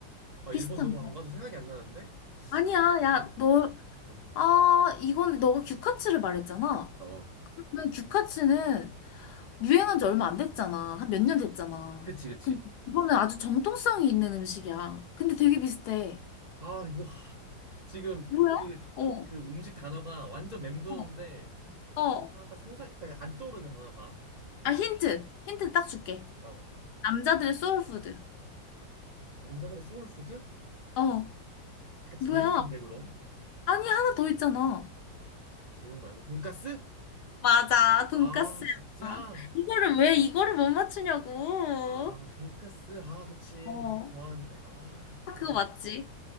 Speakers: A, on the right (about 85°); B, on the left (about 70°).
A: 아,
B: 비슷한
A: 일본 너무
B: 거.
A: 안 가서 생각이 안 나는데?
B: 아니야.
A: 또
B: 야,
A: 밥.
B: 너,
A: 어,
B: 아, 이건 너가 규카츠를 말했잖아.
A: 어,
B: 근데 규카츠는 유행한 지 얼마 안 됐잖아. 한 몇 년 됐잖아.
A: 그치, 그치.
B: 근데 이거는 아주 정통성이 있는 음식이야. 근데 되게 비슷해.
A: 아, 이거 하, 지금
B: 뭐야?
A: 그,
B: 어,
A: 그 음식 단어가 완전 맴도는데,
B: 어, 어.
A: 아, 딱 상상, 딱 안 떠오르는 단어가.
B: 아, 힌트. 힌트 딱 줄게.
A: 어,
B: 남자들의 소울푸드.
A: 남자들의 소울푸드?
B: 어,
A: 약간 제육인데,
B: 뭐야?
A: 그럼?
B: 아니, 하나 더 있잖아.
A: 제육 말고, 돈까스?
B: 맞아, 돈까스야.
A: 아, 진짜?
B: 이거를 왜 이거를 못 맞추냐고.
A: 아, 돈까스. 아, 그치.
B: 어.
A: 같이 좋아하는데. 아,
B: 딱
A: 그렇네.
B: 그거 맞지?